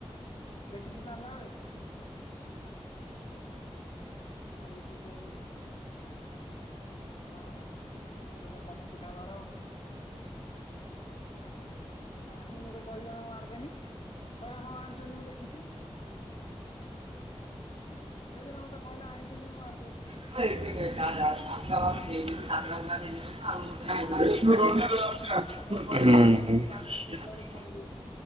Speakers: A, on the left (about 55°); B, on the right (about 60°).
A: ଦେଖିଚୁ ତ ଆଣିଲା ବେଳେ। ହୁଁ। ଆଉ ଏଇ ପୁଟରୁ ହଁ ହଁ ନେଇଚାଲ ତମ ଚିଠା ଧର। ଆହ ନାହିଁ ମତେ କହିଲୁଣି ମାର ଦେନି କହିଲା ହଁ ଆଣିଚନ୍ତି ମୁଁ ଦେଖିଚି। ଦେଖିଲୁ ନା ମତେ କହିଲା ଆଣିଚନ୍ତି ମୁଁ ମାରିଦେଇଚି।
B: <unintelligible> <unintelligible>
A: ଦେଖୁଛୁ ନା ଶୁଣୁଛୁ
B: <unintelligible>
A: ନା ମତେ କହିଲା ନାହିଁ ବୋଲି ମୁଁ ମାରିଦେନି ଦେଖିଲା ବେଳୁ ପୁଣି କହୁଛି